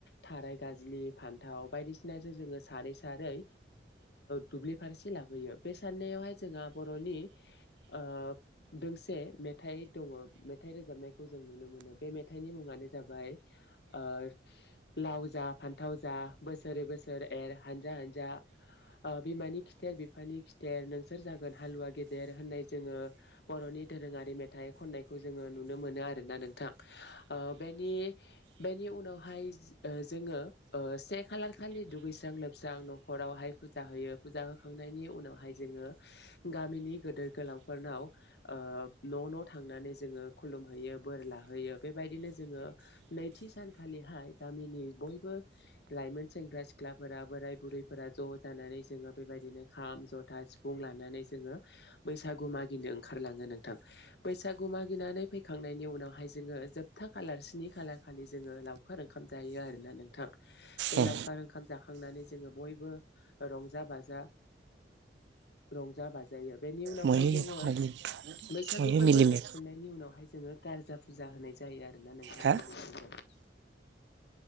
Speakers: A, on the left; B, on the right.
A: थाराय गाज्लि फान्थाव बायदिसि सिनाजों जोङो सारै सारै दुब्लि फारसे लाबोयो बे साननायावहाय जोंहा बरनि ओ दोंसे मेथाइ दङ मेथाइ रोजाबनायखौ जों नुनो मोनो बे मेथाइनि मुङानो जाबाय ओ लाव जा फान्थाव जा बोसोर बोसोर बोसोर एर हानजा हानजा बिमानि खिथेर बिफानि खिथेर नोंसोर जागोन हालुवा गेदेर होननाय जोङो बरनि दोरोङारि मेथाइ खननायखौ जोङो नुनो मोनो आरोना नोंथां ओ बेनि बेनि उनावहाय ओ जोङो ओ से खालार खालि दुगैस्रां लोबस्रां नखरावहाय फुजा होयो फुजा होखांनायनि उनावहाय जोङो गामिनि गदोर गोलावफोरनाव ओ न न थांनानै जोङो खुलुमहैयो बोर लाहोयो बेबायदिनो जोङो नैथि सानखालिहाय गामिनि बयबो लाइमोन सेंग्रा सिख्लाफोरा बोराय बुरैफोरा ज जानानै जोङो बेबायदिनो खाम जथा सिफुं लानानै जोङो बैसागु मागिनो ओंखारलाङो नोंथां बैसागु मागिनानै फैखांनायनि उनावहाय जोङो जोबथा खालार स्नि खालार खालि जोङो लावखार ओंखाम जायो आरोना नोंथां बे
B: उम
A: लावखार ओंखाम जाखां खांनानै जोङो बयबो रंजा बाजा रंजा बाजायो बेनि उनावहाय
B: महे
A: जोङो
B: महे
A: बैसागु फोरबो
B: मिलिमे
A: जोबखांनायनि उनावहाय जोङो गारजा फुजा होनाय जायो आरो ना नोंथां
B: हा
A: <inaudible>